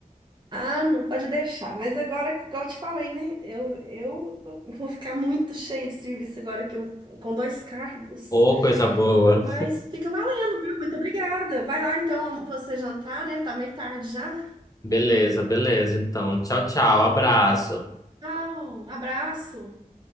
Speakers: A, on the right; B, on the left.
A: Ah, não pode deixar. Mas agora, igual eu te falei, né? Eu, eu vou ficar muito cheia de serviço agora que eu com dois cargos.
B: Ô, coisa boa.
A: Mas fica valendo, viu? Muito obrigada. Vai lá então você jantar, né? Tá meio tarde já.
B: Beleza, beleza. Então, tchau, tchau. Abraço.
A: Então tá. Tchau, abraço.